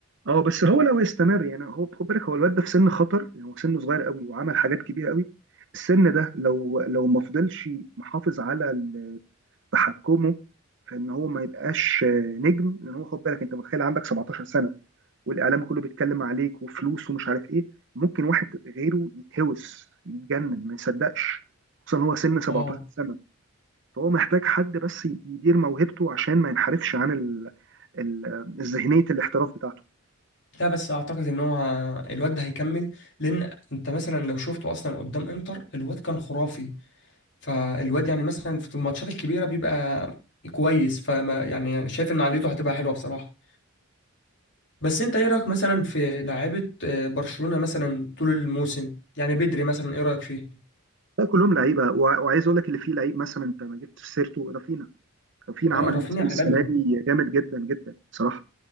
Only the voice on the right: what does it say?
اه بس هو لو استمر يعني هو خد بالك هو الواد ده في سن خطر يعني هو سنه صغير قوي وعمل حاجات كبيره قوي السن ده لو لو ما فضلش محافظ على ال- تحكمه في ان هو ما يبقاش آه، نجم لان هو خد بالك انت متخيل عندك 17 سنه والاعلام كله بيتكلم عليك وفلوس ومش عارف ايه ممكن واحد غيره يتهوس يتجنن ما يصدقش خصوصا هو سن 17
سنه فهو محتاج حد بس يدير موهبته عشان ما ينحرفش عن ال... ال... ذهنيه الاحتراف بتاعته
لا كلهم لعيبه وع- وعايز اقول لك اللي فيه لعيب مثلا انت ما جبتش سيرته رافينا رافينا
عمل
موسم
السنه دي جامد جدا جدا بصراحه